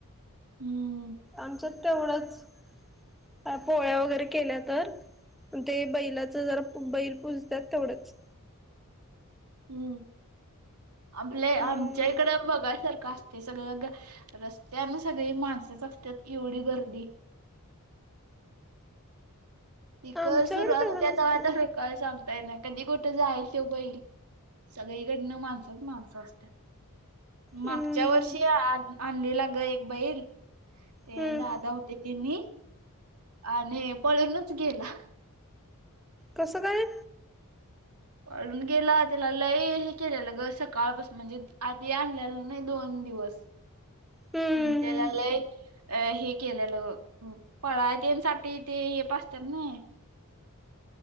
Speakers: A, on the right; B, in the centre.
A: हम्म
B: आमच्यात तेवढंच काय पोळ्या वगैरे केल्या तर ते बैलाचं जर बैल पूजत्यात तेवढंच
A: हम्म आपले आमच्या
B: हम्म
A: इकडं बघाय सारखं असतंय सगळं ग रस्त्यानं सगळी माणसंच असत्यात इवढी गर्दी पीकर
B: आमच्याकडे
A: सुरुवात
B: तेवढं
A: होत्या
B: नसते
A: तवा तर काय सांगता येत नाही, कधी कुठं जाईल त्यो बैल सगळीकडनं माणसंच माणसं असत्यात. मागच्या
B: हम्म
A: वर्षी आणं आणलेला गं एक बैल ते
B: हम्म
A: दादा होते त्यांनी आणि पळूनच गेला.
B: कसं काय
A: पळून गेला त्याला लय हे केलेलं गं सकाळपास म्हणजे आधी आणलेलं नाही दोन दिवस.
B: हम्म
A: आणि त्येला लय अ हे केलेलं पळाय तेनसाठी ते हे पाजत्यात नाई